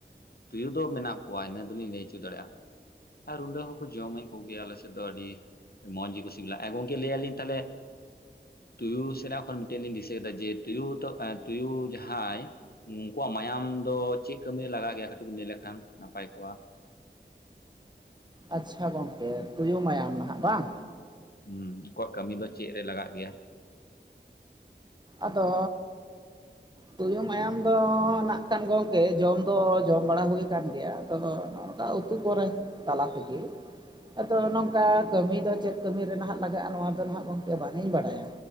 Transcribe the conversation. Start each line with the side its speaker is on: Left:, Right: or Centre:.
Left: ᱛᱩᱭᱩ ᱫᱚ ᱢᱮᱱᱟᱜ ᱠᱚᱣᱟ ᱤᱱᱟᱹ ᱫᱚᱞᱤᱧ ᱞᱟᱹᱭ ᱦᱚᱪᱚ ᱫᱟᱲᱮᱭᱟᱜᱼᱟ᱾ ᱟᱨ ᱨᱩᱸᱰᱟᱹ ᱦᱚᱸᱠᱚ ᱡᱚᱢᱮᱫ ᱠᱚᱜᱮᱭᱟ ᱟᱞᱮᱥᱮᱫ ᱫᱚ ᱟᱹᱰᱤ ᱢᱚᱡᱽ ᱜᱮ ᱠᱚ ᱥᱤᱵᱞᱟ, ᱜᱚᱢᱠᱮ ᱞᱟᱹᱭᱟᱞᱤᱧ ᱛᱟᱦᱞᱮ ᱛᱩᱭᱩ ᱥᱮᱱᱟᱜ ᱠᱷᱚᱱ ᱢᱤᱫᱴᱮᱱ ᱞᱤᱧ ᱫᱤᱥᱟᱹ ᱠᱮᱫᱟ ᱡᱮ ᱛᱩᱭᱩ ᱛᱚ ᱛᱩᱭᱩ ᱡᱟᱸᱦᱟᱭ ᱩᱱᱠᱩᱣᱟᱜ ᱢᱟᱭᱟᱢ ᱫᱚ ᱪᱮᱫ ᱠᱟᱹᱢᱤᱨᱮ ᱞᱟᱜᱟᱜ ᱜᱮᱭᱟ ᱠᱟᱹᱴᱤᱡ ᱵᱤᱱ ᱞᱟᱹᱭ ᱞᱮᱠᱷᱟᱱ ᱱᱟᱯᱟᱭ ᱠᱚᱜᱼᱟ᱾
Right: ᱟᱪᱪᱷᱟ ᱜᱚᱝᱠᱮ ᱛᱩᱭᱩ ᱢᱟᱭᱟᱢ ᱱᱟᱦᱟᱜ ᱵᱟᱝ?
Left: ᱦᱩᱸ ᱩᱱᱠᱩᱣᱟᱜ ᱠᱟᱹᱢᱤ ᱫᱚ ᱪᱮᱫ ᱨᱮ ᱞᱟᱜᱟᱜ ᱜᱮᱭᱟ?
Right: ᱟᱫᱚ ᱛᱩᱭᱩ ᱢᱟᱭᱟᱢ ᱫᱚ ᱱᱟᱜ ᱠᱟᱱ ᱜᱚᱢᱠᱮ ᱡᱚᱢ ᱫᱚ ᱡᱚᱢ ᱵᱟᱲᱟ ᱦᱩᱭᱟ ᱠᱟᱱ ᱜᱮᱭᱟ᱾ ᱛᱚ ᱱᱚᱝᱠᱟ ᱩᱛᱩ ᱠᱚᱨᱮ ᱛᱟᱞᱟ ᱛᱮᱜᱮ᱾ ᱟᱫᱚ ᱱᱚᱝᱠᱟ ᱠᱟᱹᱢᱤ ᱫᱚ ᱪᱮᱫ ᱠᱟᱹᱢᱤᱨᱮ ᱱᱟᱦᱟᱜ ᱞᱟᱜᱟᱜᱼᱟ, ᱱᱚᱣᱟ ᱫᱚ ᱱᱟᱦᱟᱜ ᱜᱚᱝᱠᱮ ᱵᱟᱝᱤᱧ ᱵᱟᱲᱟᱭᱟ᱾